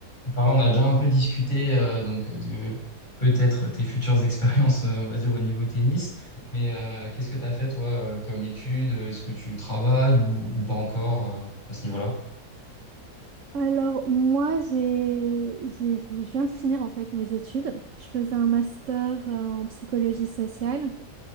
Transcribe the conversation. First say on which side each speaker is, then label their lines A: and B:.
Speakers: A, on the left; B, on the right.
A: Enfin, on a déjà un peu discuté euh, donc de peut-être tes futures expériences, euh, on va dire, au niveau tennis. Mais euh, qu'est-ce que tu as fait, toi, euh, comme étude? Est-ce que tu travailles ou, ou pas encore euh, à ce niveau-là?
B: Alors, moi, j'ai, j'ai, je viens de finir en fait mes études. Je faisais un master euh, en psychologie sociale